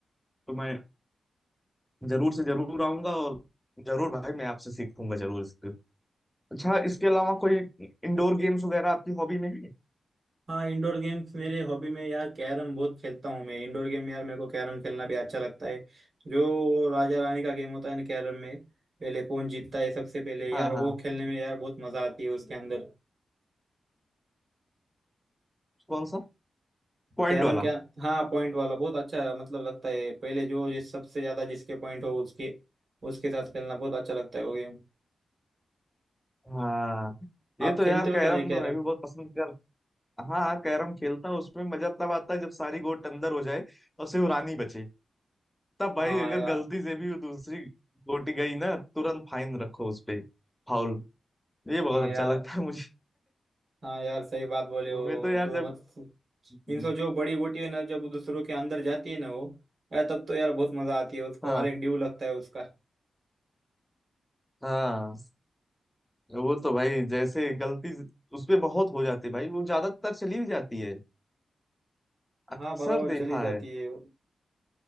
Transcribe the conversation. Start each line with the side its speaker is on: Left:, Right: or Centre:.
Centre: तो मैं जरूर से जरूर आऊंगा और जरूर भाई मैं आपसे सीखूंगा जरूर इसके अच्छा इसके अलावा कोई इंडोर गेम्स वगैरह आपकी हॉबी में है
Right: हाँ इंडोर गेम्स मेरे हॉबी में यार कैरम बहुत खेलता हूँ मैं इंडोर गेम यार मेरे को कैरम खेलना भी अच्छा लगता है जो राजा रानी का गेम होता है ना कैरम में पहले कौन जीतता है सबसे पहले
Centre: हाँ
Right: यार वो
Centre: हाँ
Right: खेलने में यार बहुत मजा आती है उसके अंदर
Centre: कौन सा पॉइंट
Right: कैरम
Centre: वाला
Right: क्या हाँ पॉइंट वाला बहुत अच्छा मतलब लगता है पहले जो जिस सबसे ज्यादा जिसके पॉइंट हो उसके उसके साथ खेलना बहुत अच्छा लगता है वो गेम
Centre: हाँ ये
Right: आप
Centre: तो
Right: खेलते
Centre: यार
Right: हो
Centre: कैरम
Right: क्या नहीं कैरम
Centre: तो मैं भी बहुत पसंद कर हाँ हाँ कैरम खेलता हूँ उसमें मजा तब आता है जब सारी गोट अंदर हो जाए और सिर्फ रानी बचे तब भाई
Right: हाँ
Centre: अगर
Right: यार
Centre: गलती से भी वो दूसरी गोटी गई ना तुरंत फाइन रखो उस पे फाउल ये बहुत
Right: हाँ यार
Centre: अच्छा लगता है मुझे
Right: हाँ यार सही बात
Centre: <laughs>
Right: बोले हो
Centre: मैं तो यार
Right: दो
Centre: जब
Right: मतलब
Centre: हम्म,
Right: इनसे जो बड़ी गोटी है ना जब वो दूसरों के अंदर जाती है ना वो यार तब तो यार बहुत मजा आती है उसको
Centre: हाँ
Right: और एक ड्यू लगता है उसका
Centre: हाँ वो तो भाई जैसे गलती उसपे बहुत हो जाती है भाई वो ज्यादातर चली भी जाती है अक्सर
Right: हाँ बराबर
Centre: देखा
Right: चली जाती
Centre: है
Right: है